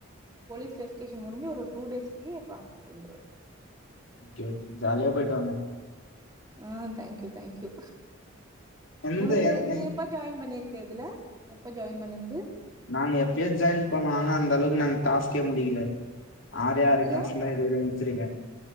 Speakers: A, on the right; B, on the left.
A: போலீஸ் வெரிஃபிகேஷன் முடுஞ்சு ஒரு டூ டேஸ்லயே பாஸ்போட் வந்துரு
B: ஓகே ஜாலியா போய்ட்டு வாங்க
A: ஆ தேங்க்யூ தேங்க் யூ
B: எந்த
A: ஒனக்கு
B: எந்
A: நீ எப்ப ஜாயின் பண்ணிரு க்க இதுல எப்ப ஜாயின் பண்ணன்து?
B: நாங்க எப்பயோ ஜாயின் பண்ணோ ஆனா அந்த அளவுக்கு நாங்க டாஸ்கே முடிக்கில ஆறே ஆறு டாக்ஸ்தா
A: ஏ
B: இதுவரையு முட் ச்சிருக்கே